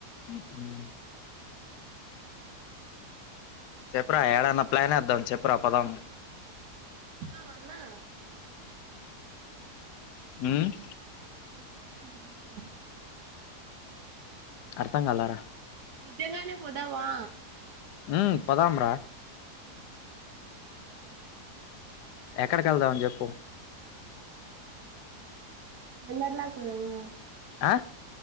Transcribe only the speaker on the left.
హ్మ్ చెప్రా ఏడనా ప్లాన్ ఏదం చెప్ రా పదాం
హ్మ్
అర్థం కాలరా
హ్మ్ పోదాం రా ఎక్కడికి ఎల్దాం చెప్పు
ఆ